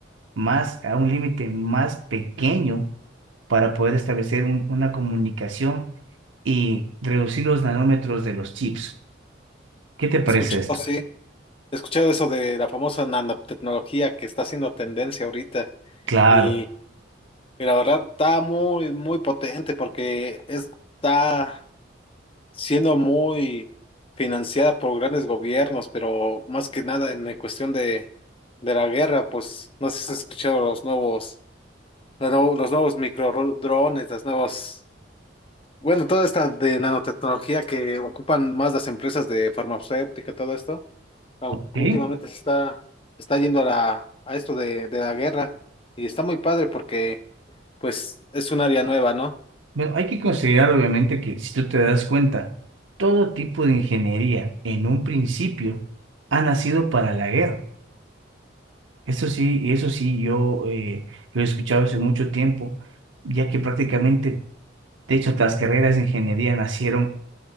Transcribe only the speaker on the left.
Escuchado,
sí. He escuchado eso de la famosa nanotecnología que está haciendo tendencia ahorita
y, y la verdad está muy, muy potente porque está siendo muy financiada por grandes gobiernos, pero más que nada en la cuestión de, de la guerra, pues no sé si has escuchado los nuevos, los nuevos, los nuevos microdrones, las nuevas, bueno, toda esta de nanotecnología que ocupan más las empresas de farmacéutica, todo esto aunque
últimamente se está, está yendo a la, a esto de, de la guerra y está muy padre porque pues es un área nueva, ¿no?